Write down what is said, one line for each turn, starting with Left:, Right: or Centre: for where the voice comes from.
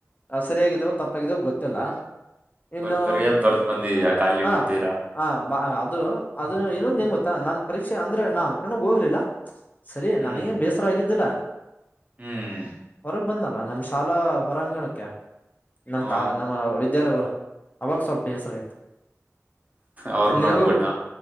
Left: ಸರಿಯಾಗಿದ್ದವು ತಪ್ಪಾಗಿದ್ದವು ಗೊತ್ತಿಲ್ಲ. ಇನ್ನು
Right: ಬಟ್ ಬರಿಯದ್ ಬರ್ದ್ ಬಂದಿದ್ಯಾ ಖಾಲಿ
Left: ಹಾ
Right: ಬಿಡದಿರಾ.
Left: ಹ ಬಾ ಅದು ಅದು ಇನ್ನೊಂದ ಹೆಂಗ ಗೊತ್ತಾ ನಾನ್ ಪರೀಕ್ಷೆ ಅಂದ್ರೆ ನಾನ್ ಅನ್ಕೊಂಡ್ ಹೋಗ್ಲಿಲ್ಲ. ಸರಿ
Right: ಹ್ಮ್
Left: ನನಗೇನ ಬೇಸರ ಆಗಿದ್ದಿಲ್ಲ
Right: ಹ್ಮ್
Left: ಹೊರಗೆ ಬಂದಲ್ಲ ನಮ್ಮ್ ಶಾಲಾ ಹೊರಾಂಗಣಕ್ಕೆ ನಮ
Right: ಹ
Left: ಕ ನಮ್ಮ ವಿದ್ಯಾಲಯ ಅವಾಗ ಸ್ವಲ್ಪ ಬೇಸರ ಆಯ್ತ್
Right: ಅವ್ರ
Left: ನಿನಗೂ
Right: ನೋಡ್ಬಿಟ್ಟ